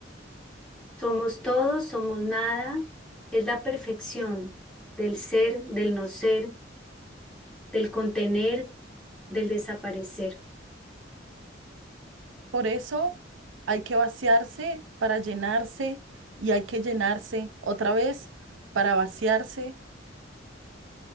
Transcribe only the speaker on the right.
Por eso hay que vaciarse para llenarse y hay que llenarse otra vez para vaciarse.